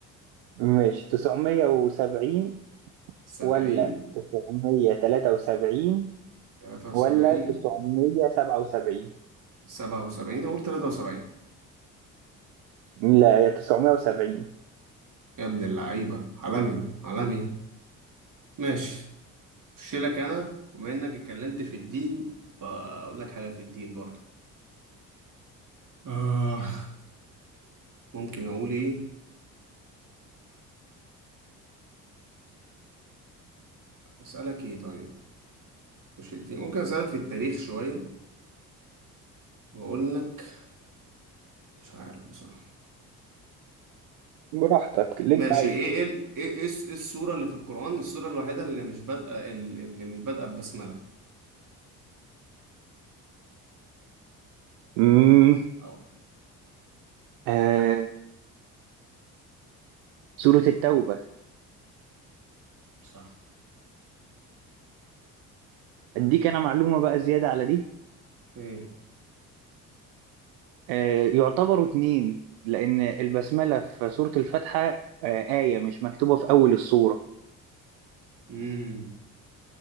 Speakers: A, on the right; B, on the right.
A: مش 970
B: 70
A: ولا 973
B: 73
A: ولا 977
B: 77 اقول 73
A: لا هي 970
B: يا ابن اللعيبة عالمي عالمي ماشي خش لك انا بما انك اتكلمت في الدين فاقول لك حاجة في الدين برضه آه ممكن اقول ايه اسألك ايه طيب مش الدين ممكن اسألك في التاريخ شوية واقول لك مش عارف بصراحة
A: براحتك اللي
B: ماشي
A: انت عايزه
B: ايه ايه ال... ايه ايه الس- إيه السورة اللي في القرآن السورة الوحيدة اللي مش بادئة ال- اللي مش بادئة ببسملة
A: امم
B: اه
A: آه سورة التوبة
B: صح
A: اديك انا معلومة بقى زيادة على دي
B: ايه
A: آه، يعتبروا اتنين لأن البسملة في سورة الفاتحة آه، آية مش مكتوبة في أول السورة
B: امم